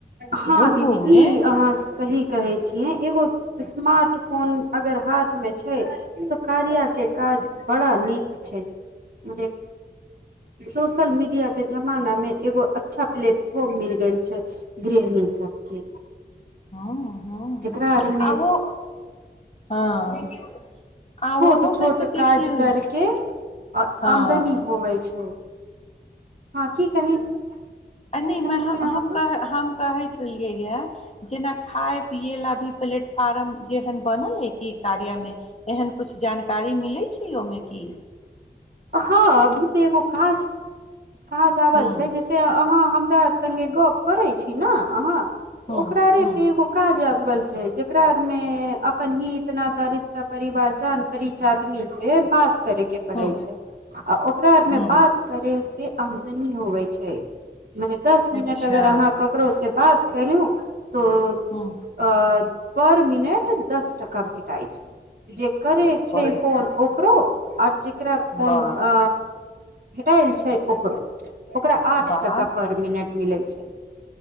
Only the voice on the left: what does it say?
ओहूमे
हँ हँ
आ ओ हँ आ
ओहूमे
तऽ देखियौ
हँ आ
आ
नहि
हम कह हम कहैत रहलियै यए जेना खाय पियए ला भी प्लेटफार्म जेहन बनल है कि कार्य मे एहन कुछ जानकारी मिलै छै ओहिमे क
हूँ
हूँ
हूँ
हूँ
हूँ
अच्छा
हूँ
बड़
वाह
वाह